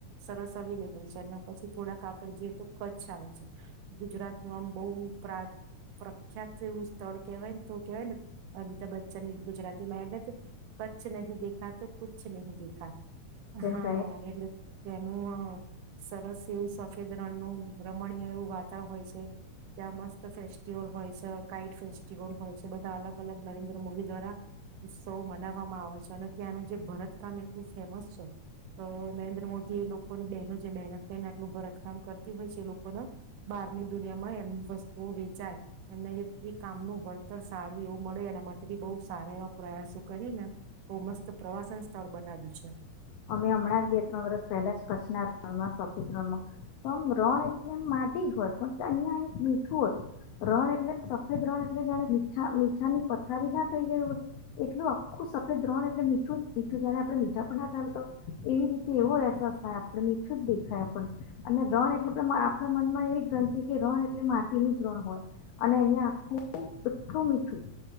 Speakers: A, on the right; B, on the left.
A: સરસ અવેલેબલ છે અને પછી થોડાક આગળ જઈએ તો કચ્છ આવે છે ગુજરાત નું આમ બહુ પ્રખ્યાત એવું સ્થળ કવાયને તો કેવાય ને અમિતાભ બચ્ચન ગુજરાતીમાં આવેને કચ્છ નહીં દેખાતો કછ નહી દેખા હા
B: ટ્રેસ
A: એટલે તેનું હ સરસ એવું સફેદ રણનુંું રમણીય એવું વાતાવરણ હોય છે ત્યાં મસ્ત ફેસ્ટિવલ હોય છે કાઇટ ફેસ્ટિવલ હોય છે બધા અલગ અલગ નરેન્દ્ર મોદી દ્વારા ઉત્સવો મનાવવામાં આવે છે અને ત્યાંનું જે ભરત તમે એટલું ફેમસ છો નરેન્દ્ર મોદી લોકોને બહેનો જે મહેનત કરીને આટલું ભરતકામ કરતી હોય છે એ લોકોને બહારની દુનિયામાં એમ વસ્તુઓ વેચાય એમને એ કામનું વળતર સારું એવું મળે એના માટે બી બહુ સારા એવા પ્રયાસો કરી ને ઓ મસ્ત પ્રવાસન સ્થળ બનાવી છે
B: અમે હમણાં જ બે ત્રણ વરષ પહેલા જ કચ્છના રણમાં સફેદ રણમાં તો આમ રણ એટલે એમ માટી જ હોય પણ અહીિયાં એક મીઠું હતું રણ એટલે સફેદ રણ એટલે જાણે મીઠા મીઠા ની પથારી ના થઈ ગયું હોય એટલું આખું સફેદ રણ એટલે મીઠું જ મીઠું જાણે આપણે મીઠા પણ એવી રીતે એવો અહેસાસ થાય આપણે મીઠું જ દેખાય આપણ અને રણ એટલે આપણા મનમાં એવી ગનિ કે રણ એટલે માટીનું જ રણ હોય અને અહીિયાંયા આખું એટલું મીઠું